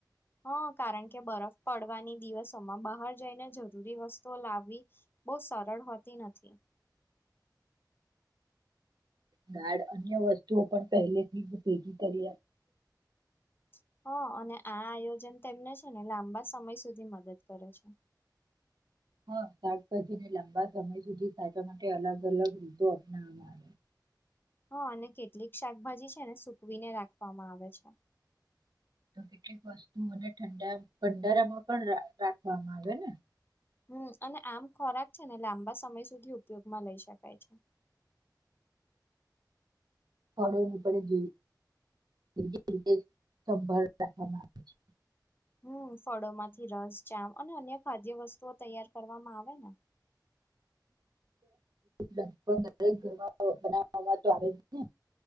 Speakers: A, on the left (about 30°); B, on the right (about 65°).
A: હા કારણ કે બરફ પડવાની દિવસોમાં બહાર જઈને જરૂરી વસ્તુઓ લાવવી. બહુ સરળ હોતી નથી.
B: દાઢ અન્ય વસ્તુઓ પણ પહેલેથી જ ભેગી કરી આપ.
A: <inaudible> હા અને આ આયોજન તેમને છે ને લાંબા સમય સુધી મદદ કરે છે.
B: હા શાકભાજીને લાંબા સમય સુધી સાચવા માટે અલગ અલગ રીતો અપનાવવામાં આવે.
A: હા અને કેટલીક શાકભાજી છે ને સુકવીને રાખવામાં આવે છે.
B: તો કેટલીક વસ્તુ મને ઠંડા ભંડારામાં પણ રાખવામાં આવે ને?
A: હમ અને આમ ખોરાક છે ને લાંબા સમય સુધી ઉપયોગમાં લઈ શકાય છે. <inaudible>
B: સલોની પડી ગઈ. જે રીતે સંભાળ રાખવામાં આવે છે.
A: હમ ફળોમાંથી રસ જામ અને અન્ય ખાદ્ય વસ્તુઓ તૈયાર કરવામાં આવે ને
B: લગભગ દરેક બનાવવા તો આવે જ ને